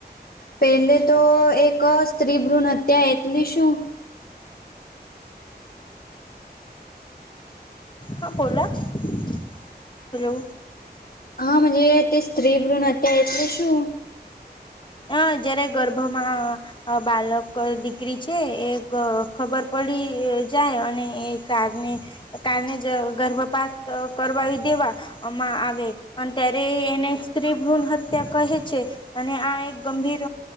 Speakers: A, on the left; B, on the left.
A: પેલે તો એક સ્ત્રી ભ્રૂણ હત્યા એટલી શું
B: હા બોલા હેલો
A: હાજ તે સ્ત્રી ભ્રણ હતા્યા એટલે શું
B: હ જયારે ગર્ભમાં બાલક દીકરી છે એ ખબર પડી જાય અને એ કાર ને કારને જ ગર્ભપાત કરવા દેવા માં આવે અને ત્યારે એને એક સ્ત્રી ભ્રૂણ હત્યા કહે છે અને આ એક ગંભીર